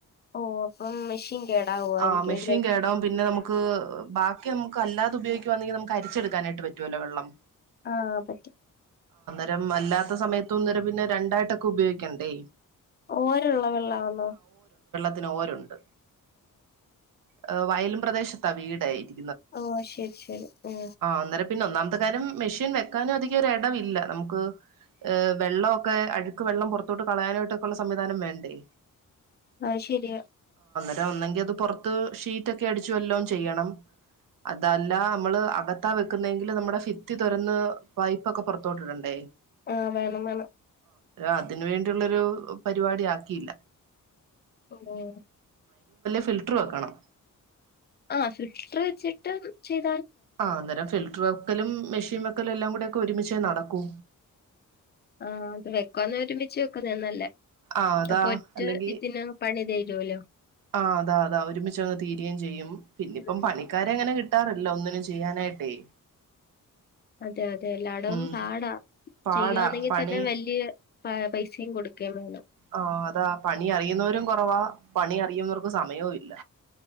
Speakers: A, on the left; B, on the right.
A: ഓ അപ്പം മെഷീൻ കേടാവുമായിരിക്കും
B: ആ മെഷീൻ
A: അല്ലേ
B: കേടാവും പിന്നെ നമുക്ക് ബ ഒക്കെ നമുക്ക് അല്ലാതെ ഉപയോഗിക്കുവാന്നെങ്കി നമുക്ക് അരിച്ചെടുക്കുവാനായിട്ട് പറ്റുവല്ലോ വെള്ളം.
A: ആ പറ്റി
B: രം അല്ലാത്ത സമയത്ത ഒന്നര പിന്നെ രണ്ടായിട്ടൊക്കെ ഉപയോഗിക്കണ്ടേ
A: ഓരള്ളവെള്ളാന്നോ
B: അതിനോരുണ്ട് ഹ വയലും പ്രദേശത്താ വീടായിരി
A: ഓഹ് ശരി ശരി ഹേ
B: അന്നേരം പിന്നെ ഒന്നാമത്തെ കാര്യം മെഷീൻ വെക്കാനും അധികം ഒരു ഇടവില്ല നമുക്ക് ഏഹ് വെള്ളൊക്കെ അഴുക്ക് വെള്ളം പുറത്തോട്ട് കളയാനായിട്ടൊക്കെയള്ള സംവിധാനം വേണ്ടേ
A: ആ ശരിയാ
B: ടാ ഒന്നെങ്കിൽ എ അത് പുറത്ത് ഷീറ്റൊക്കെ അടിച്ചു വല്ലോം ചെയ്യണം അതല്ല നമ്മള് അകത്താ വെക്കുന്നെങ്കിൽ നമ്മുടെ ഫിത്തി തുരന്ന് പൈപ്പൊക്കെ പുറത്തോട്ടിടണ്ടേ
A: ആഹ വേണം വേണം
B: അതിന് വേണ്ടിയുള്ളൊരു പരിപാടി ആക്കിയില്ല
A: ന്താ
B: ഫിൽറ്റർ വെക്കണം
A: ആ ഫിൽട്ടർ വെച്ചിട്ട് ചെയ്
B: ആ അന്നേരം ഫിൽറ്റർ വെക്കലും മെഷീൻ വെക്ക വെക്കൽ എല്ലാം കൂടെ ഒക്കെ ഒരുമിഛെ നടക്കൂ
A: ആ അത് വെക്കുവാന്നേ ഒരുമിച്ച് വെക്കുന്നെയ നല്ലെ
B: ആഹ് അതാ
A: അപ്പോ ഒറ്റ
B: അല്ലെങ്കി
A: ഇതിനാണോ പണിതേ ലോ ലോ
B: ആ അതാ അതാ ഒരുമിച്ച അങ്ങ് തീരുകയും ചെയ്യും പിന്നെ
A: ഉം
B: ഇപ്പം പണിക്കാര എങ്ങനെ കി കിട്ടാറില്ല ഒന്നിനും ചെയ്യാനായിട്ടേ
A: അതെ അതെ എല്ലായിടവും
B: ഉം
A: പാടാ
B: പാടാ
A: ചെയ്യുന്നെങ്കിൽ
B: പണി
A: തന്നെ വലിയ പ പൈസയും കൊടുക്കയും വേണം
B: ആ അതാ പണി അറിയുന്നവരും കുറവാ പണി അറിയുന്നവർക്ക് സമയവും ഇല്ല